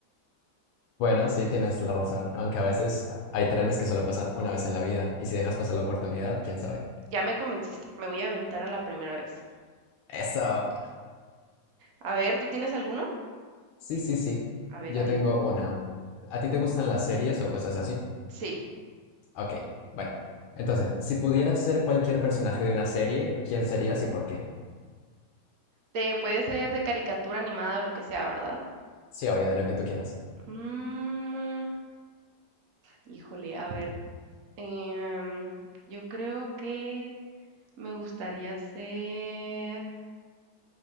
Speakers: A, on the left; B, on the right.
A: Bueno, sí, tienes la razón. Aunque a veces hay trenes que solo pasan una vez en la vida. Y si dejas pasar la oportunidad, quién sabe.
B: ya me convenciste, me voy a aventar a la primera vez.
A: Eso.
B: A ver, ¿tú tienes alguno?
A: Sí, sí, sí.
B: A ver,
A: Yo
B: aviéntame.
A: tengo una. ¿A ti te gustan las series o cosas así?
B: Sí,
A: Ok, bueno. Entonces, si pudieras ser cualquier personaje de una serie, ¿quién serías y por qué?
B: te puede ser de caricatura animada o lo que sea, ¿verdad?
A: Sí, obvio, de lo que tú quieras.
B: Mm, híjole, a ver, em, yo creo que me gustaría ser,